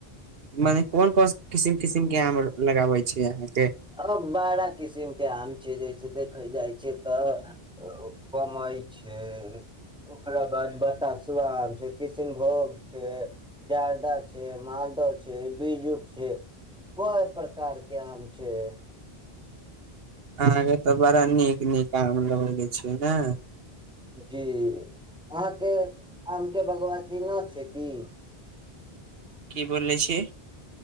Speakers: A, on the right; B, in the centre.
A: मने कोन कोन किसिम किसिम के आम लगाबे छी अहाँ।
B: अ बारा किसिम के आम छै जस देखै जाइ छै। त बम्बई छै ओकरा बाद बतासुआ आम छै किशनभोग छै जारदा छै मालदह छै बीजुक छै कोई प्रकार के आम छै। जे।
A: अहके तऽ बड़ा नीक नीक आम लगै के छैय ने।
B: जी। अहाँके आम। के भगव जी न छै कि।
A: की बोले छी।